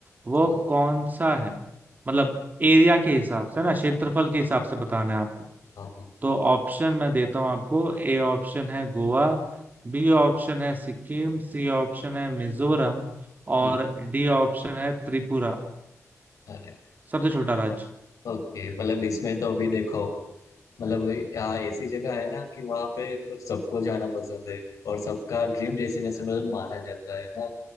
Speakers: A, on the right; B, on the left.
A: वो
B: हाँ
A: कौन सा है मतलब एरिया के हिसाब से ना क्षेत्रफल
B: ओके,
A: के हिसाब से बताना है आपको
B: हाँ हाँ
A: तो ऑप्शन मैं देता हूँ आपको ए ऑप्शन है गोवा बी ऑप्शन है सिक्किम सी ऑप्शन है मिजोरम और
B: हम्म,
A: डी ऑप्शन है त्रिपुरा
B: अरे
A: सबसे छोटा राज्य
B: ओके मतलब इसमें तो अभी देखो मतलब यहाँ ऐसी जगह है ना कि वहाँ पे मतलब सबको जाना पसंद है और सबका ड्रीम डेस्टिनेशन मतलब माना जाता है ना